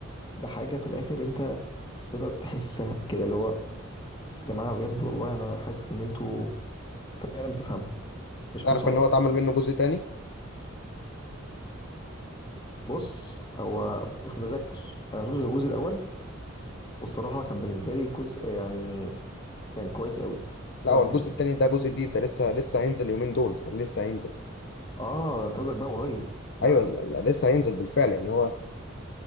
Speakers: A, on the left; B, on the left.
A: بحاجة في الاخر انت تقدر تحسها كده اللي هو يا جماعة بجد والله انا حاسس ان انتوا فعلا بتفهموا مش
B: تعرف
A: فلوس على
B: ان
A: الارض
B: هو اتعمل منه جزء تاني
A: بص هو مش متذكر انا ما شفتش غير الجزء الاول والصراحة كان بالنسبة لي جزء يعني كان كويس قوي
B: لا
A: كويس
B: هو الجزء
A: جدا
B: التاني ده جزء جديد ده لسه لسه هينزل يومين دول يعني لسه هينزل
A: اه انتظرك بقى قريب لا
B: ايوه لا- لا، لسه هينزل بالفعل يعني هو